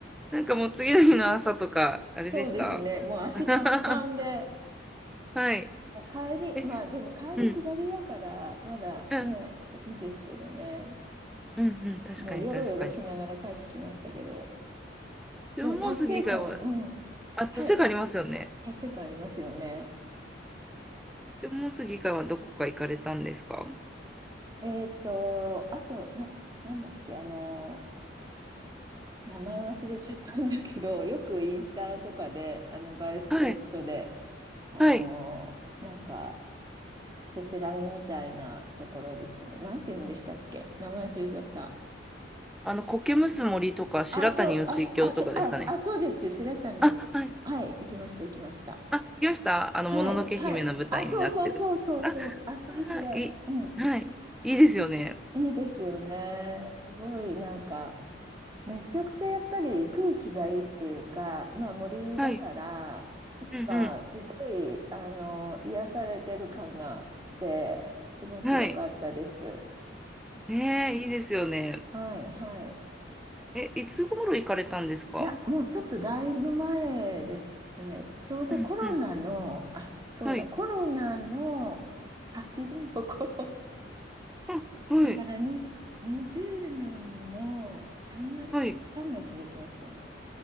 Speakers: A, in the centre; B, on the right (about 20°).
A: なんかもう次の日の朝とか、あれでした。
B: <laughs> そうですね、もう足パンパンで、
A: <laughs> はい。
B: もう帰り、
A: え、
B: まあでも帰り下りだから、
A: うん、
B: まだね、
A: うん、
B: いいですけどね、
A: うん、うん、確かに確かに。
B: もうよろよろしながら帰ってきましたけど、
A: 縄文杉以外は、
B: でも達成感は、うん、
A: あ、
B: はい、
A: 確かありますよね。
B: 達成感ありますよね。
A: 縄文杉以外はどこか行かれたんですか
B: えっと、あと、な、なんだっけ、あの、名前忘れちゃったんだけど、よくインスタとかで、あの、映えスポットで、
A: はい、
B: あの、
A: はい。
B: なんか、せせらぎみたいなところですね。なんて言うんでしたっけ名前忘れちゃった。
A: あの、苔むす森とか、白谷雨水郷とかですかね。
B: あ、そう、あ、そあ、そあ、あ、そうです。白谷。
A: あ、はい。
B: はい、行きました、行きました。
A: あ、行きました。あの、
B: はい、
A: もののけ姫の舞台になってる。
B: はい。あ、そうそうそうそうそう。
A: あ、
B: あ、それそれ。
A: あいい、
B: うん。
A: はい。いいですよね。
B: いいですよね。すごいなんか、めちゃくちゃやっぱり空気がいいっていうか、まあ森だから、
A: はい。
B: なんかすごい、
A: うん
B: あの、癒されてる感がして、すごく良かったです。
A: うん。はい。ねえ、いいですよね。
B: はい、はい。
A: え、いつ頃行かれたんですか
B: いや、もうちょっとだいぶ前ですね。ちょうどコロナの、
A: うんうん。
B: あ、そうだ、
A: はい。
B: コロナの走りの頃。
A: あ、はい。
B: だからに20年の3月、
A: はい。
B: 3月に行きましたね。